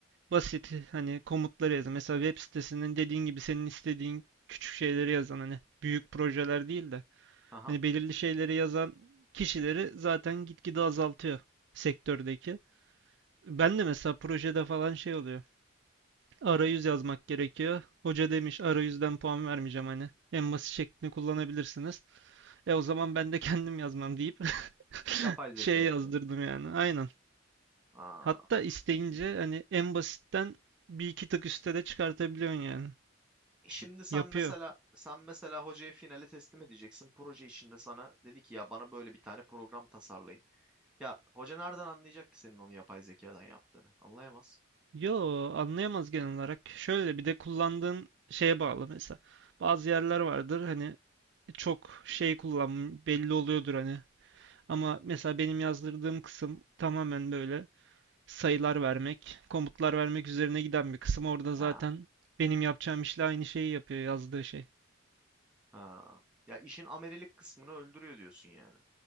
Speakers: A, on the right (about 60°); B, in the centre.
A: basit hani komutları yazan Mesela web sitesinin dediğin gibi senin istediğin küçük şeyleri yazan hani büyük projeler değil de
B: Aha.
A: hani belirli şeyleri yazan kişileri zaten gitgide azaltıyor sektördeki. Ben de mesela projede falan şey oluyor. Arayüz yazmak gerekiyor. Hoca demiş arayüzden puan vermeyeceğim hani. En basit şeklini kullanabilirsiniz. E o zaman ben de <laughs> kendim yazmam deyip <laughs>
B: Yapay zeka
A: şey yazdırdım
B: diyorsun.
A: yani. Aynen.
B: Aa.
A: Hatta isteyince hani en basitten bir iki tık üstte de çıkartabiliyorsun yani.
B: Şimdi sen
A: Yapıyor.
B: mesela sen mesela hocaya finale teslim edeceksin. Proje içinde sana dedi ki ya bana böyle bir tane program tasarlayın. Ya hoca nereden anlayacak ki senin onu yapay zekadan yaptığını? Anlayamaz.
A: Yo anlayamaz genel olarak. Şöyle bir de kullandığın şeye bağlı mesela. Bazı yerler vardır hani çok şey kullan belli oluyordur hani. Ama mesela benim yazdırdığım kısım tamamen böyle sayılar vermek, komutlar vermek üzerine giden bir kısım. Orada zaten
B: Ha.
A: benim yapacağım işle aynı şeyi yapıyor yazdığı şey.
B: Ha. Ya işin amelilik kısmını öldürüyor diyorsun yani.